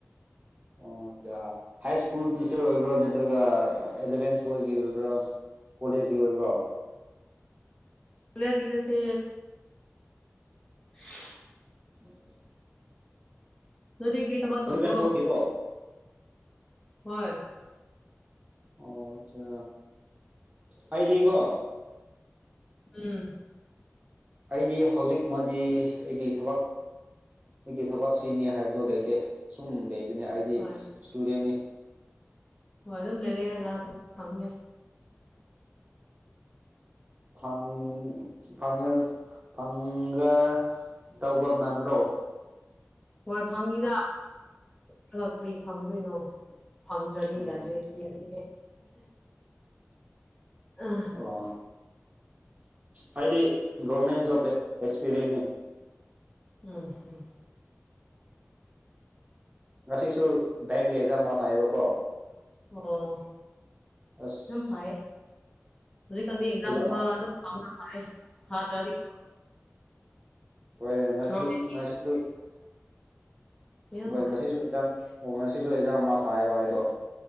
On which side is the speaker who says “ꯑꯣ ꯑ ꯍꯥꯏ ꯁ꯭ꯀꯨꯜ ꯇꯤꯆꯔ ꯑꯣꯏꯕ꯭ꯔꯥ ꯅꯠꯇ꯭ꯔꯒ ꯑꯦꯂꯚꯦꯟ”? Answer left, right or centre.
Right